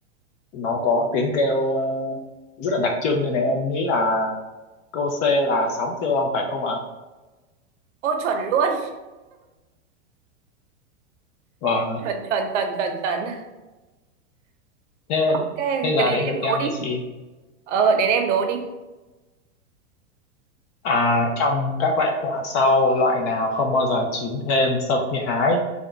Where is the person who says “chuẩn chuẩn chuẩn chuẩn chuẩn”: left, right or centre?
Right